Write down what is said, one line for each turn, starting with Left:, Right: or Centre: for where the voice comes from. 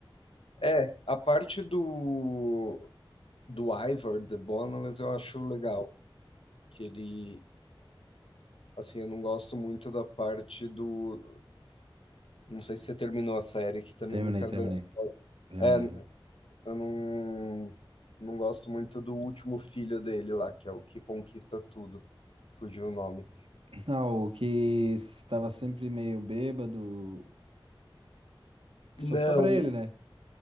Left: É, a parte do, do Ivor, The Boneless, eu acho legal. Que ele, assim, eu não gosto muito da parte do. Não sei se você terminou a série, que também
Right: Terminei,
Left: não quero
Right: terminei.
Left: dar.
Right: Terminei.
Left: É,
Right: aham.
Left: eu não, não gosto muito do último filho dele lá, que é o que conquista tudo. Fugiu o nome.
Right: Ah, o que estava sempre meio bêbado, que
Left: Não,
Right: só sobra ele, né?